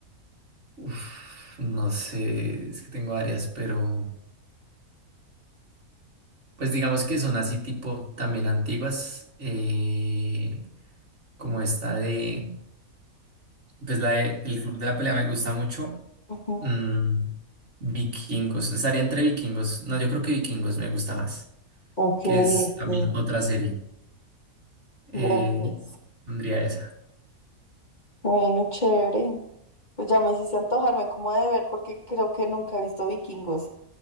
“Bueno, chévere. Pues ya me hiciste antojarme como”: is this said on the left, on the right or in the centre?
Left